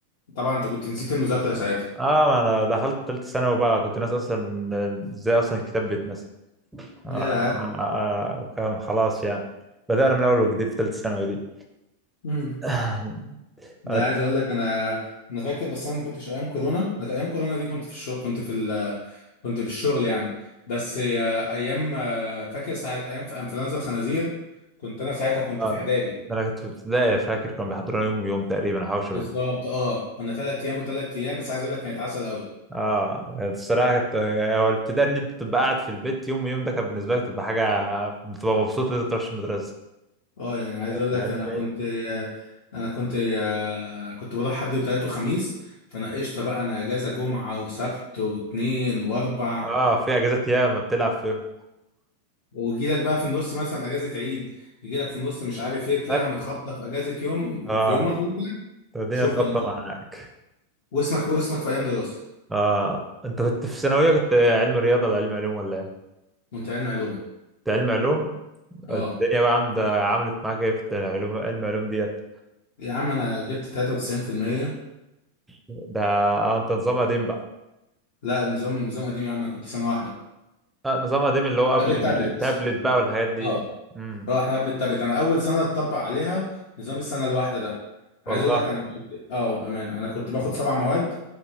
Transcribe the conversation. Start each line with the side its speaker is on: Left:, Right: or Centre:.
Left: طبعا انت كنت نسيت المذاكرة ساعتها
Centre: اه ما انا دخلت تالتة ثانوي بقى كنت ناس اصلا ازاي اصلا الكتاب بيتمثل آه
Left: ياه
Centre: آه آه، كان خلاص يعني بدأنا من اول وجديد في تالتة ثانوي دي
Left: مم.
Centre: <clears throat> <laughs>
Left: ده
Centre: آه،
Left: عايز اقول لك انا انا فاكر بس انا ما كنتش ايام كورونا انا ايام كورونا دي كنت في الشغل كنت في ال... كنت في الشغل يعني بس آه، ايام آه، فاكر ساعة ايام في انفلونزا الخنازير كنت انا ساعتها كنت
Centre: آه،
Left: في اعدادي
Centre: انا كنت في ابتدائي فاكر كانوا بيحضرونا يوم ويوم تقريبا او حاجه شبه
Left: بالظبط اه كنا ثلاث ايام وثلاث ايام بس عايز اقول لك كانت عسل قوي
Centre: اه الصراحه كانت آه، هو الابتداء ان انت تبقى قاعد في البيت يوم يوم ده كان بالنسبه لك تبقى حاجه بتبقى مبسوط ان انت تروحش المدرسه
Left: اه يعني عايز اقول
Centre: فاهمني
Left: لك انا كنت انا كنت كنت بروح حد وتلات وخميس فانا قشطه بقى انا اجازه جمعه وسبت واثنين واربع
Centre: اه في اجازات ياما بتلعب فيهم
Left: ويجي لك بقى في النص مثلا اجازه عيد يجي لك في النص مش عارف ايه تلاقيها
Centre: هات.
Left: متخبطه في اجازه يوم
Centre: اه
Left: في يومك انت
Centre: طب الدنيا
Left: شكرا
Centre: اتظبطه معاك
Left: واسمك واسمك في ايام دراسه
Centre: اه انت كنت في ثانويه كنت علم رياضه ولا علم علوم ولا ايه؟
Left: وانت علمي علوم
Centre: كنت علم علوم
Left: اه
Centre: الدنيا بقى عند عملت معاك ايه في الدنيا علوم علم علوم ديت
Left: يا عم انا جبت 93%
Centre: ده اه انت نظام قديم بقى
Left: لا نظام نظام قديم يا عم انا كنت سنه واحده
Centre: آه نظام قديم اللي هو قبل
Left: قبل التابلت
Centre: التابلت بقى والحاجات دي
Left: اه
Centre: امم
Left: رحنا قبل التابلت انا اول سنه اتطبق عليها نظام السنه الواحده ده عايز
Centre: والله
Left: اقول لك انا كنت اه بامان انا كنت باخد
Centre: مم.
Left: سبع مواد